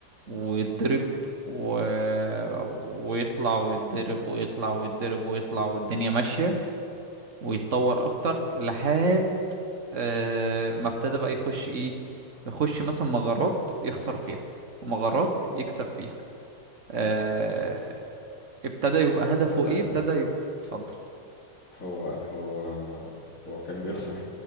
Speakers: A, on the right; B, on the left.
A: ويتضرب و... ويطلع ويتضرب ويطلع ويتضرب ويطلع والدنيا ماشية ويتطور أكتر لحد آه، ما ابتدى بقى يخش إيه يخش مثلا مغارات يخسر فيها ومغارات يكسب فيها آه، ابتدى يبقى هدفه
B: استنى
A: إيه ابتدى يبقى... اتفضل
B: هو هو هو كان بيخسر